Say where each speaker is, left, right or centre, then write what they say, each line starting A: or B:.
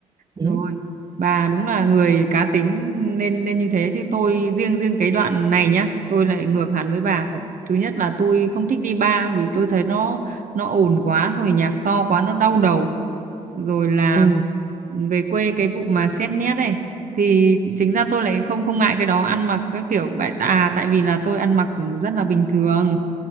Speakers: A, on the right; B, on the right.
A: ừ.
B: rồi bà đúng là người cá tính nên nên như thế chứ tôi riêng riêng cái đoạn này nhá tôi lại ngược hẳn với bà
A: Ừ.
B: thứ nhất là tôi không thích đi bar vì tôi thấy nó nó ồn quá rồi nhạc to quá nó đau đầu rồi là
A: Ừ.
B: về quê cái vụ mà xét nét này thì chính ra tôi lại không không ngại cái đó ăn mặc các kiểu bại à tại vì là tôi ăn mặc rất là bình thường